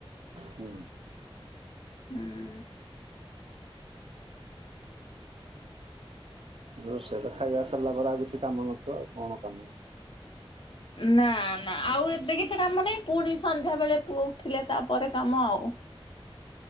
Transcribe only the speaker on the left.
ହୁଁ।
ନା ନା ଆଉ ଏବେ କିଛି କାମ ନାହିଁ ପୁଣି ସନ୍ଧ୍ୟା ବେଳେ ପୁଅ ଉଠିଲେ ତାପରେ ପରେ କାମ ଆଉ